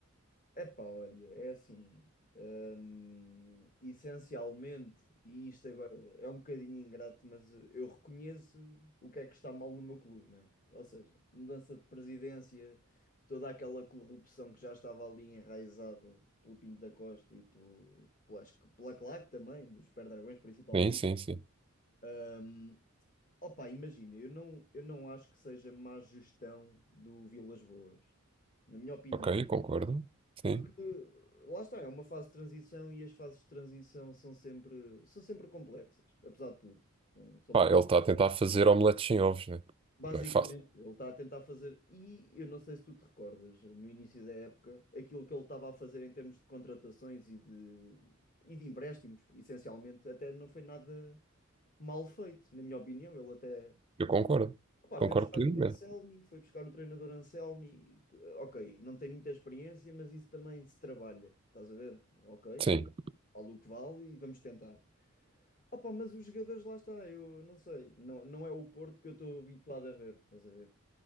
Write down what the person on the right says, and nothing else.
Sim, sim, sim.
Ok, concordo. Sim.
Pá,
ele está a tentar fazer omeletes sem ovos, né?
Não é fácil.
Eu concordo,
concordo
plenamente.
Sim.